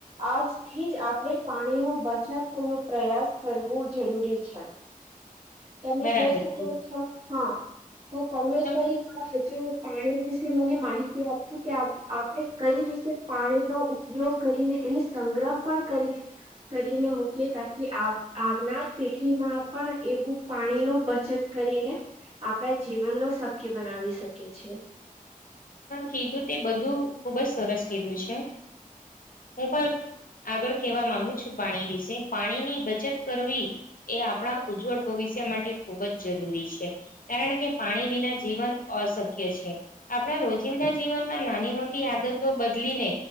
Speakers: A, on the right (about 40°); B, on the left (about 70°).
A: આજથી જ આપણે પાણી નું બચત નો પ્રયાસ કરવો. જરૂરી છે. તમે
B: બરાબર
A: જોઈ શકો
B: કીધું
A: છો હા તો તમે
B: તમ
A: કઈક હજુ. પાણી વિશે મને માહિતી આપશો કે આપ આપડે કઈ રીતે પાણીનો ઉપયોગ કરીને એને સંગ્રહ પણ કરી કરીને મૂકીએ તાકી આવનાર પેઢીમાં પણ એવું પાણી નું બચત કરીને આપણા જીવન નુ શક્ય બનાવી શકી છે.
B: કીધું તે બધું ખુબ જ સરસ કીધું છે. હું પણ આગળ કહેવા માંગુ છું પાણી વિશે પાણીની બચત કરવી એ આપણા ઉજ્જવળ ભવિ ષય માટે ખૂબ જ જરૂરી છે કારણ કે પાણી વિના જીવન અશક્ય છે. આપણા રોજિંદા જીવનમાં નાની મોટી આદતો બદલીને